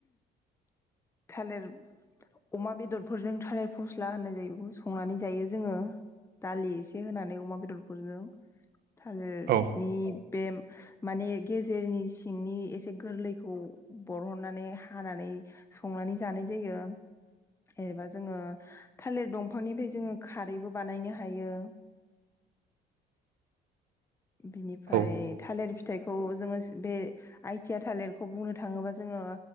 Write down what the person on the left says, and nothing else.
थालिर अमा बेदरफोरजों थालिर फस्ला होननाय जायो बेखौ संनानै जायो जोङो दालि एसे होनानै अमा बेदरफोरजों थालिरनि
बे माने गेजेरनि सिंनि एसे गोरलैखौ बरहननानै हानानै संनानै जानाय जायो जेनेबा जोङो थालिर दंफांनिफ्राय जोङो खारैबो बानायनो हायो
बिनिफ्राय
थालिर फिथाइखौ जोङो बे आइथिया थालिरखौ बुंनो थाङोबा जोङो